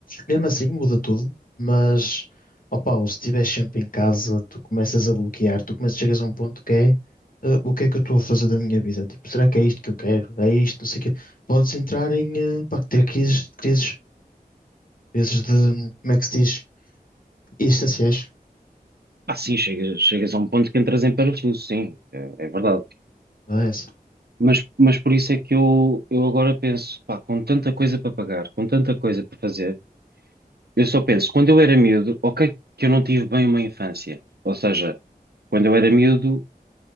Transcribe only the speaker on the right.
Ah, sim, chegas, chegas a um ponto que entras em parafuso, sim, é, é verdade.
Mas, mas por isso é que eu, eu agora penso, pá, com tanta coisa para pagar, com tanta coisa para fazer, eu só penso, quando eu era miúdo, ok, que eu não tive bem uma infância. Ou seja, quando eu era miúdo,